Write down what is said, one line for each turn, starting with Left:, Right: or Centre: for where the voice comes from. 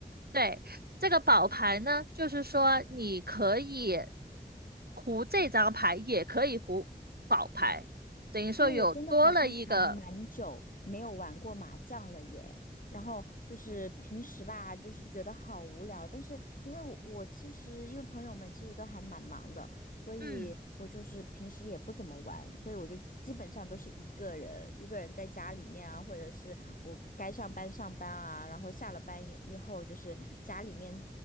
Right: 对，这个宝牌呢，就是说你可以胡这张牌，也可以胡宝牌，等于说有多了一个。
Left: 因为我真的好像还蛮久没有玩过麻将了耶，然后就是平时吧，就是觉得好无聊，但是因为我我其实因为朋友们其实都还蛮忙的，所以我就是平时也不怎么玩，
Right: 嗯，
Left: 所以我就基本上都是一个人，一个人在家里面啊，或者是我该上班上班啊，然后下了班以以后就是家里面